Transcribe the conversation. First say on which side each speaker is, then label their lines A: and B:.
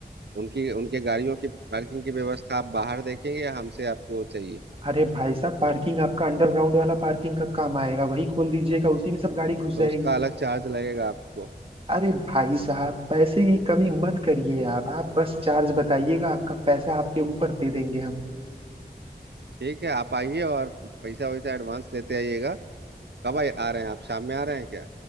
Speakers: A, on the right; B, on the right.
A: उनकी उनके गाड़ियों की पार्किंग की व्यवस्था आप बाहर देखेंगे या हमसे आपको चाहिए
B: अरे भाई साहब पार्किंग आपका अंडरग्राउंड वाला पार्किंग कब काम आएगा वही खोल दीजिएगा उसी में सब गाड़ी घुस
A: तो
B: जाएगी
A: उसका अलग चार्ज लगेगा आपको
B: अरे भाई साहब पैसे की कमी मत करिए आप आप बस चार्ज बताइएगा आपका पैसा आपके ऊपर दे देंगे हम
A: ठीक है आप आइए और पैसा वैसा एडवांस लेते आइएगा कब आ आ रहे हैं आप शाम में आ रहे हैं क्या